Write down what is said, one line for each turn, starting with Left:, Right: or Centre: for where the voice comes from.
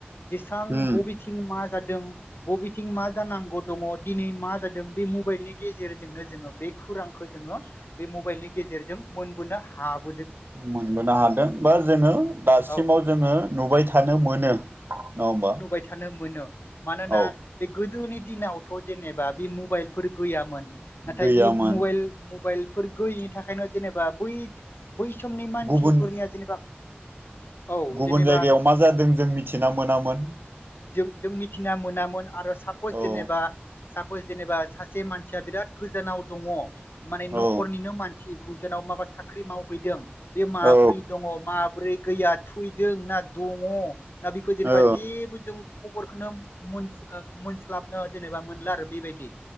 Left: जेसां
Right: उम
Left: बबेथिं मा जादों बबेथिं मा जानांगौ दङ दिनै मा जादों बे मबाइलनि गेजेरजोंनो जोङो बे खुरांखौ जोङो बे मबाइलनि गेजेरजों मोनबोनो हाब
Right: मोनबोनो हादों बा जोङो दासिमाव
Left: औ
Right: जोङो नुबाय थानो मोनो। नङा होमबा
Left: नुबाय थानो मोनो मानोना
Right: औ
Left: बे गो गोदोनि दिनावथ जेनेबा बे मबाइलफोर गैयामोन नाथाय
Right: गैयामोन
Left: बे मबाइल मबाइल फोर गैयिनि थाखायनो जेनेबा बै बै समनि मानसिफोरनिया
Right: गुबुन
Left: जेनेबा औ
Right: गुबुन
Left: जेनेबा
Right: जायगायाव मा जादों जों मिथिना मोनामोन।
Left: जों जों मिथिना मोनामोन आरो सापस
Right: औ
Left: जेनेबा सापस जेनेबा सासे मानसिया बिराद गोजानाव दङ माने नखरनिनो
Right: औ
Left: मानसि गोजानाव माबा साख्रि मावहैदों बे माब्रै
Right: औ
Left: दङ माब्रै गैया थुयदों ना दङ ना बेखौ जेनेबा
Right: औ
Left: जेबो जों खबरखौनो मोनस ओ मोनस्लाबनो जेनेबा मोनला आरो बेबायदि